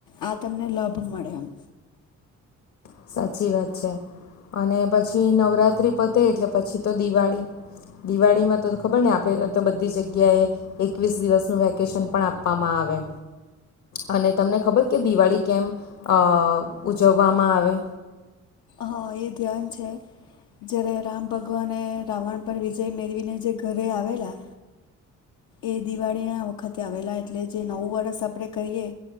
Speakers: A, on the left; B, on the left.
A: આ તમને લાભ મળે એમ.
B: સાચી વાત છે અને પછી નવરાત્રિ પતે એટલે પછી તો દિવાળી. દિવાળીમાં તો ખબર ને આપણે તો બધી જગ્યાએ એકવીસ દિવસનું વેકેશન પણ આપવામાં આવે અને તમને ખબર કે દિવાળી કેમ અ ઉજવવામાં આવે.
A: હા એ ધ્યાન છે જ્યારે રામ ભગવાને રાવણ પર વિજય મેળવીને જે ઘરે આવેલા એ દિવાળીના વખતે આવેલા, એટલે જે નવું વરષ આપણે કરીએ